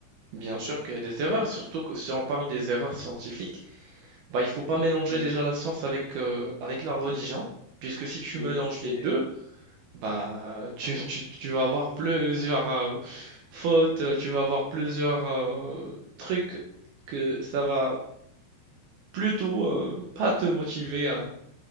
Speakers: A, on the right (about 70°); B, on the left (about 70°).
A: Bien sûr qu'il y a des erreurs, surtout que si on parle des erreurs scientifiques. Bah, il faut pas mélanger
B: Ben,
A: déjà la science avec, euh, avec la religion, puisque si tu
B: Mais
A: mélanges
B: tu sais.
A: les deux, bah, tu, tu- tu vas avoir plusieurs euh, fautes, euh, tu vas avoir plusieurs euh, trucs que ça va plutôt euh, pas te motiver à,